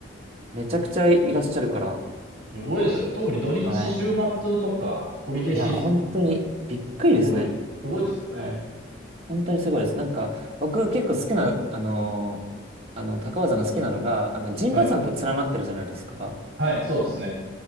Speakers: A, on the right; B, on the right.
A: めちゃくちゃいらっしゃるから、
B: すごいですよね。特に土日、
A: はい。
B: 週末とか、ホリデーシーズン、
A: いや、本当にびっくりですね。
B: すごい、すごいですよね。
A: はい。本当にすごいです。なんか、僕結構好きな、あのーあの、高尾山が好きなのが、あの、陣馬山と連なってるじゃないですか。
B: はい。はい、そうですね。